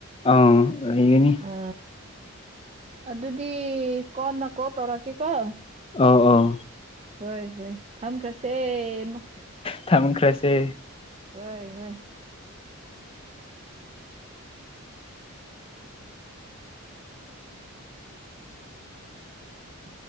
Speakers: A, on the left; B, on the right.
A: ꯑꯥ ꯂꯩꯒꯅꯤ
B: ꯑ ꯑꯗꯨꯗꯤ ꯀꯣꯟꯅ ꯀꯣꯜ ꯇꯧꯔꯛꯀꯦꯀꯣ
A: ꯑꯥ ꯑꯥ
B: ꯍꯣꯏ ꯍꯣꯏ ꯊꯝꯈ꯭ꯔꯁꯦꯃ
A: ꯊꯝꯈ꯭ꯔꯥꯁꯦ
B: ꯍꯣꯏ ꯍꯣꯏ <inaudible>